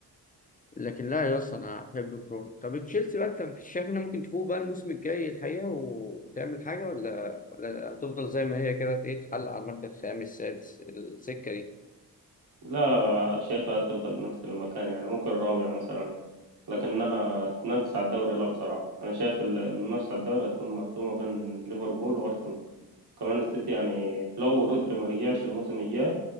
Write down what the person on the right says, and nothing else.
لا شايفها تفضل نفس المكان يعني ممكن الرابع مثلا لكنها تنافس على الدوري لا بصراحة أنا شايف ال- المنافسة على الدوري هتكون محسومة بين ليفربول وأرسنال كمان السيتي يعني لو رودري ما رجعش الموسم الجاي